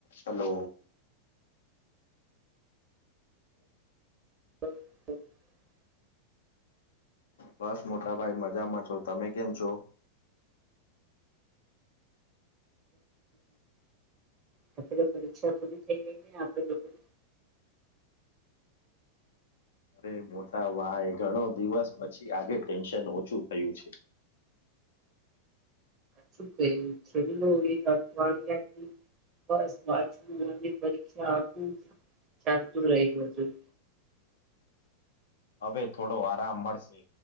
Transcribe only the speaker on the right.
<inaudible>
<inaudible> પરીક્ષા <inaudible>
શું કહ્યું છેલ્લે એક અઠવાડિયાથી બસ વાચવું અને પરીક્ષા આપું જ ચાલતું રહ્યું હતું